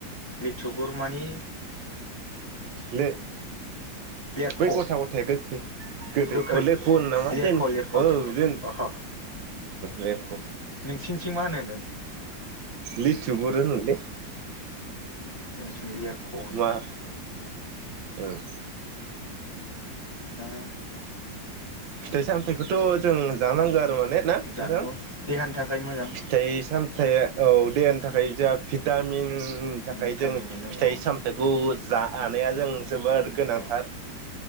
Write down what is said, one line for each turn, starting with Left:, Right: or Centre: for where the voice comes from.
Left: लिथुगुर मानि
Right: ले
Left: लेरख'
Right: बै गथा गथाया गोखै गोदै
Left: गोखै
Right: अ लेख' होन नामा
Left: लेरख'
Right: जों
Left: लेरख'
Right: औ
Left: लेरख'
Right: जों
Left: अह
Right: लेख'
Left: नोंसिनिथिं मा होनोनो
Right: लिथुगुर होनोलै।
Left: जोंनिथिं लेरग होनोलाय।
Right: मा उम
Left: दा
Right: फिथाइ सामथायाइखौथ' जों जानांगो आ ना
Left: जानांगौ
Right: नोंथां
Left: देहानि थाखाय मोजां
Right: फिथाइ सामथाइ औ देहानि थाखाय जोंहा भिटामिननि थाखाय
Left: भिटामिन
Right: जों
Left: मोनो
Right: फिथाइ
Left: औ
Right: सामथाइखौ जा नाया जों जोबोर गोनांथार।
Left: औ